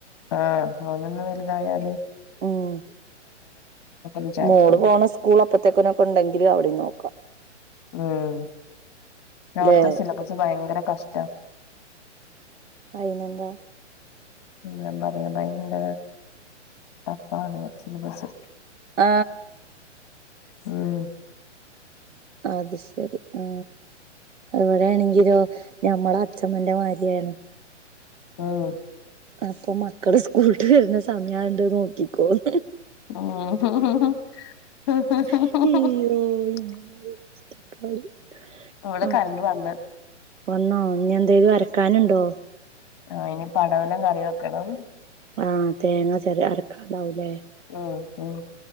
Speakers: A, on the left (about 20°); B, on the right (about 80°).
A: ആഹ് ഓനൊന്ന് വെൽതായാല്
B: ഉം
A: വിചാരിക്ക്ണ്ട്
B: മോള് പോണ സ്കൂൾ അപ്പത്തേക്ക്നൊക്കൊണ്ടെങ്കില് അവടിം നോ
A: ഉം പിന്നെ അയുട്ത്തെ
B: ല്ലേ
A: സിലബസ് ഭയങ്കരം കഷ്ടാ
B: അയിനെന്താ
A: ഉം ഞാൻ പറയാ ഭയങ്കര ടഫ് ആണ് സിലബസ്
B: ആ
A: ഉം
B: അത് ശെരി ആ അവിടെയാണെങ്കിലോ ഞമ്മളെ അച്ച അമ്മെന്റെ മാരിയാണ്
A: ഉം
B: അപ്പം മക്കൾ സ്കൂൾ വിട്ട് വെര്ന്ന സമയം ആയ്ണ്ട് അയ് നോക്കി നിക്കും
A: ഉം
B: അയ്യോ <unintelligible>
A: ഇവിട
B: ആഹ്
A: കറണ്ട് വന്ന്.
B: വന്നോ ഇനി ന്തേലും വരക്കാനണ്ടോ?
A: ആഹ് ഇനി പടവലം കറി വെക്കണം.
B: ആ തേങ്ങ ചെര അരക്കാണ്ടാവൂലേ
A: ആ ഉം